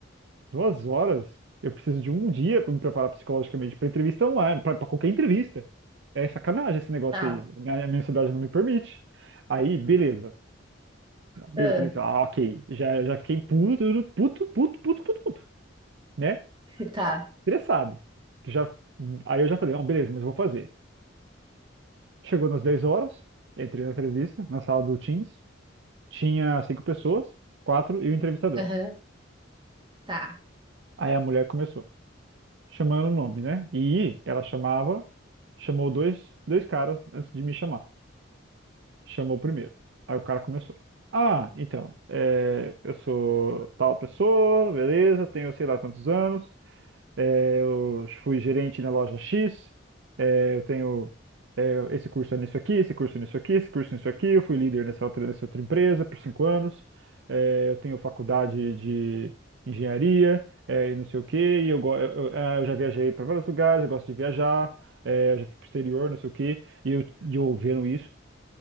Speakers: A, on the right (about 60°); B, on the right (about 25°).
A: Duas horas? Eu preciso de um dia para me preparar psicologicamente para entrevista online, pra pra qualquer entrevista. É sacanagem esse negócio
B: tá,
A: aí. A minha cidade não me permite. Aí, beleza. Beleza,
B: ah,
A: falei assim, ah, ok. Já, já fiquei puto, puto, puto, puto, puto, puto, né?
B: <laughs> tá,
A: Interessado. Já, aí eu já falei, não, beleza, mas eu vou fazer. Chegou nas 10 horas, entrei na entrevista, na sala do Teams. Tinha cinco pessoas, quatro e o entrevistador.
B: aham, tá.
A: Aí a mulher começou, chamando o nome, né? E ela chamava, chamou dois, dois caras antes de me chamar. Chamou o primeiro. Aí o cara começou. Ah, então, é, eu sou tal pessoa, beleza, tenho sei lá quantos anos. É, eu fui gerente na loja X, é, eu tenho é, esse curso é nisso aqui, esse curso é nisso aqui, esse curso é nisso aqui. Eu fui líder nessa outra, nessa outra empresa por cinco anos. É, eu tenho faculdade de engenharia é, e não sei o quê. E eu, go- eu, eu ah, eu já viajei para vários lugares, eu gosto de viajar, é, já fui para o exterior, não sei o quê. E eu, e eu vendo isso,